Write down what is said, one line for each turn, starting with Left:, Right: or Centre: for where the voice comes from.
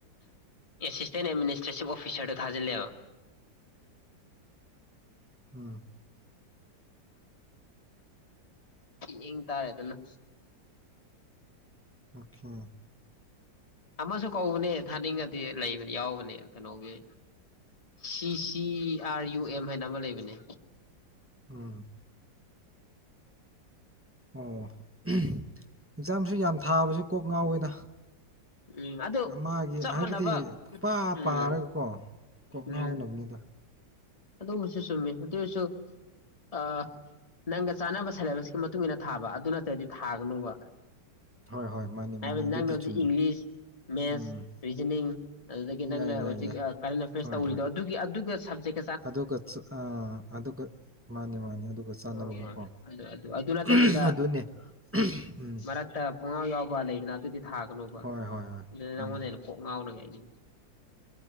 Left: ꯑꯦꯁꯤꯁꯇꯦꯟ ꯑꯦꯗꯃꯤꯅꯤꯁꯇ꯭ꯔꯦꯁꯤꯚ ꯑꯣꯐꯤꯁꯔꯗ ꯊꯥꯖꯤꯜꯂꯦꯕ
Right: ꯎꯝ
Left: ꯌꯦꯡ ꯇꯥꯔꯦ ꯑꯗꯨꯅ
Right: ꯑꯣꯀꯦ
Left: ꯑꯃꯁꯨ ꯀꯧꯕꯅꯦ ꯊꯥꯅꯤꯡꯉꯗꯤ ꯂꯩꯕꯅꯦ ꯌꯥꯎꯕꯅꯦ ꯀꯩꯅꯣꯒꯤ ꯁꯤ ꯁꯤ ꯑꯥꯔ ꯌꯨ ꯑꯦꯝ ꯍꯥꯏꯅ ꯑꯃ ꯂꯩꯕꯅꯦ
Right: ꯎꯝ ꯑꯣ ꯑꯦꯛꯖꯥꯝꯁꯨ ꯌꯥꯝ ꯊꯥꯕꯁꯨ ꯀꯣꯛ ꯉꯥꯎꯋꯦꯗ
Left: ꯎꯝ ꯑꯗꯨ
Right: ꯃꯥꯒꯤ
Left: ꯆꯞ
Right: ꯍꯥꯏꯕꯗꯤ
Left: ꯃꯥꯟꯅꯕ
Right: ꯄꯥ
Left: ꯎꯝ
Right: ꯄꯥꯔꯒꯀꯣ ꯀꯣꯛ ꯉꯥꯎꯅꯕꯅꯤꯗ
Left: ꯎꯝ ꯑꯗꯨꯨꯕꯨꯁꯨ ꯆꯨꯝꯃꯤ ꯑꯗꯨꯑꯣꯏꯁꯨ ꯑ ꯅꯪꯒ ꯆꯥꯟꯅꯕ ꯁꯦꯂꯦꯕꯁꯀꯤ ꯃꯇꯨꯡ ꯏꯟꯅ ꯊꯥꯕ ꯑꯗꯨ ꯅꯠꯇ꯭ꯔꯗꯤ ꯊꯥꯒꯅꯨꯕ
Right: ꯍꯣꯏ ꯍꯣꯏ ꯃꯥꯅꯤ
Left: ꯍꯥꯏꯕꯗꯤ
Right: ꯃꯥꯅꯤ ꯑꯗꯨꯗꯤ
Left: ꯅꯪꯅ ꯍꯧꯖꯤꯛ
Right: ꯆꯨꯝꯃꯦ
Left: ꯏꯪꯂꯤꯁ ꯃꯦꯠꯁ
Right: ꯎꯝ
Left: ꯔꯤꯖꯅꯤꯡ ꯑꯗꯨꯗꯒꯤ ꯅꯪꯅ
Right: ꯌꯥꯏ ꯌꯥꯏ
Left: ꯍꯧꯖꯤꯛ
Right: ꯌꯥꯏ
Left: ꯑ ꯀꯔꯦꯟꯐꯔꯦꯁ
Right: ꯍꯣꯏ
Left: ꯇꯧꯔꯤꯗꯣ
Right: ꯍꯣꯏ
Left: ꯑꯗꯨꯒꯤ ꯑꯗꯨꯒ ꯁꯕꯖꯦꯛ
Right: ꯑꯗꯨꯒ ꯆꯥ ꯑ ꯑꯗꯨꯒ ꯃꯥꯅꯦ ꯃꯥꯅꯦ ꯑꯗꯨꯒ ꯆꯥꯟꯅꯕꯒꯀꯣ
Left: ꯑꯣ ꯍꯣꯏ ꯑꯗꯨ ꯑꯗꯨ ꯑꯗꯨ ꯅꯠꯇꯕꯤꯗ
Right: ꯎꯝ ꯑꯗꯨꯅꯦ ꯎꯝ
Left: ꯃꯔꯛꯇ ꯄꯨꯡꯉꯥꯎ ꯌꯥꯎꯕ ꯂꯩꯗꯅ ꯑꯗꯨꯗꯤ ꯊꯥꯒꯅꯨꯕ
Right: ꯍꯣꯏ ꯍꯣꯏ ꯍꯣꯏ
Left: ꯑꯗꯨꯅ
Right: ꯃꯥꯅꯤ
Left: ꯅꯪꯉꯣꯟꯗ ꯍꯦꯟꯅ ꯀꯣꯛ ꯉꯥꯎꯅꯉꯥꯏꯒꯤꯅꯤ